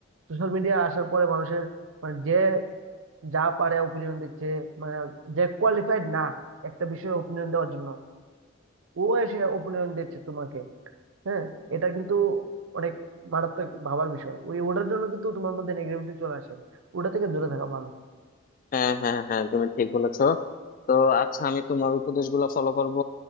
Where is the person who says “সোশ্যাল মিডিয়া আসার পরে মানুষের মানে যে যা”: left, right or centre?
Right